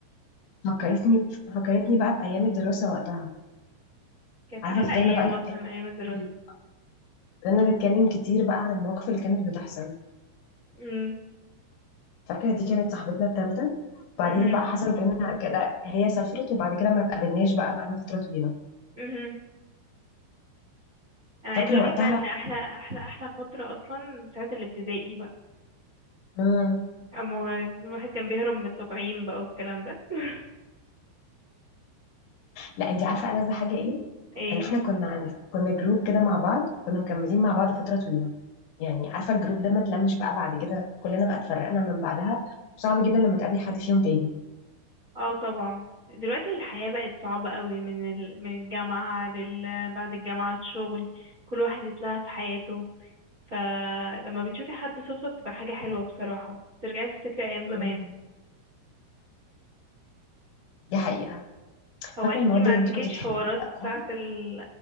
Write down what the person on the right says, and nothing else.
كانت
احلى
ايام
اصلا ايام الدراسه
امم
امم
امم انا عايزه
اقولك
بقى ان احلى احلى احلى فتره اصلا ساعه الابتدائي بقى
اما الواحد كان بيهرب من التطعيم بقى والكلام ده <laughs>
ايه
اه طبعا دلوقتي الحياه بقت صعبه قوي من ال... من الجامعه لل... بعد الجامعه الشغل كل واحد اتلهى في حياته فلما بتشوفي حد صدفه بتبقى حاجه حلوه بصراحه بترجعي تفتكري ايام
زمان
هو
انتي
ما
عندكيش
حوارات
ساعة ال-